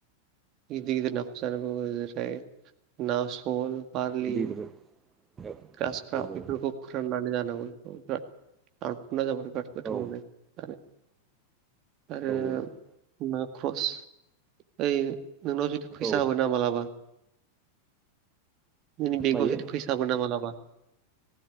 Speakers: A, on the right; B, on the right.
A: गिदिर गिदिर नाखौसो जानांगौ ना सल, बारलि,
B: गिदिर गिदिर औ
A: गासफ्रा
B: औ
A: बेफोरखौ फोराननानै जानांगौ बेखौ बिराद आरफुना जाबाथाय बिराद गोथाव
B: औ
A: मोनो आरो। आरो
B: औ
A: ना ख्रस ओइ नोंनाव जुदि फैसा
B: औ
A: होबोना मालाबा जोंनि बेंकआव
B: मायो
A: जुदि फैसा हाबोना मालाबा